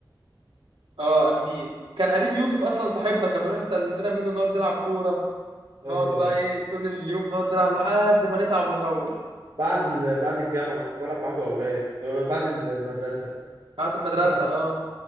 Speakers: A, on the right; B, on the right.
A: اه امين كان قريب يوسف اصلا صاحبنا كان بيروح يستأذن لنا منه نقعد نلعب كوره نقعد
B: ايوه
A: بقى
B: ايوه
A: ايه طول اليوم نقعد نلعب لحد ما نتعب ونروح
B: بعد ال... بعد الجامعه كنت بلعب معاكم اوقات آه، بعد المدرسه
A: بعد المدرسه
B: كنت بلعب
A: اه